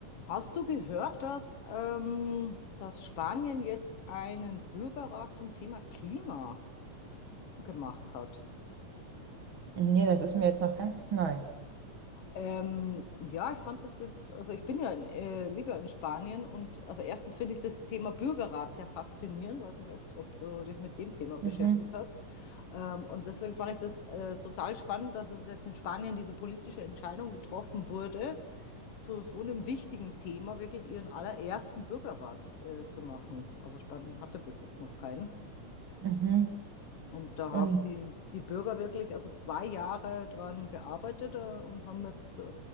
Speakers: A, on the left (about 50°); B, on the right (about 45°).
A: Hast du gehört, dass, ähm, dass Spanien jetzt einen Bürgerrat zum Thema Klima gemacht hat?
B: Nee, das ist mir jetzt noch ganz neu.
A: Ähm, ja, ich fand das jetzt, also ich bin ja in, äh, lebe ja in Spanien und also erstens finde ich das Thema Bürgerrat sehr faszinierend, weiß nicht, ob, ob du dich mit dem Thema beschäftigt
B: Mhm,
A: hast. Ähm, und deswegen fand ich das äh, total spannend, dass es jetzt in Spanien diese politische Entscheidung getroffen wurde, zu so einem wichtigen Thema wirklich ihren allerersten Bürgerrat äh, zu machen. Also Spanien hatte bis jetzt noch keinen.
B: mhm.
A: Und da
B: Und
A: haben die, die Bürger wirklich also zwei Jahre dran gearbeitet äh, und haben jetzt, äh, äh,